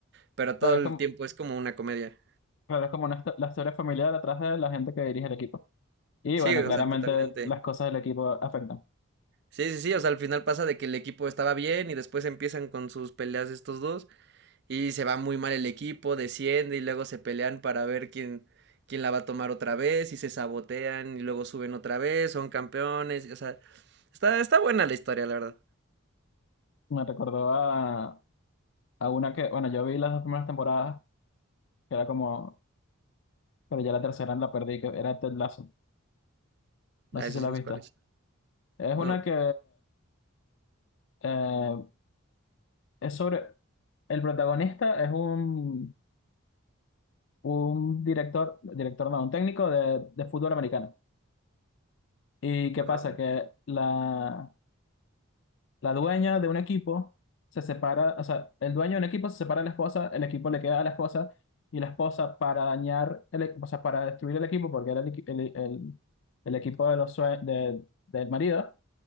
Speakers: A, on the right (about 50°); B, on the left (about 60°).
A: pero todo
B: Claro,
A: el
B: es como,
A: tiempo es como una comedia.
B: claro, es como una, histo- la historia familiar atrás de la gente que dirige el equipo. Y
A: Sí,
B: bueno,
A: o
B: claramente
A: sea, totalmente.
B: las cosas del equipo afectan.
A: Sí, sí, sí, o sea, al final pasa de que el equipo estaba bien y después empiezan con sus peleas estos dos Y se va muy mal el equipo, desciende y luego se pelean para ver quién, quién la va a tomar otra vez y se sabotean y luego suben otra vez, son campeones, o sea, está, está buena la historia, la verdad.
B: Me recordó a, a una que, bueno, yo vi las dos primeras temporadas, que era como, pero ya la tercera la perdí, que era Ted Lasso. No
A: Ah,
B: sé
A: eso
B: si
A: sí
B: la
A: no
B: has visto.
A: sé cuál es.
B: Es
A: No.
B: una que eh, es sobre, el protagonista es un, un director, director no, un técnico de, de fútbol americano. ¿Y qué
A: Ajá.
B: pasa? Que la, La dueña de un equipo se separa, o sea, el dueño de un equipo se separa de la esposa, el equipo le queda a la esposa y la esposa para dañar, el, e- o sea, para destruir el equipo, porque era el, equi- el- el- el equipo de los sue- de- del marido,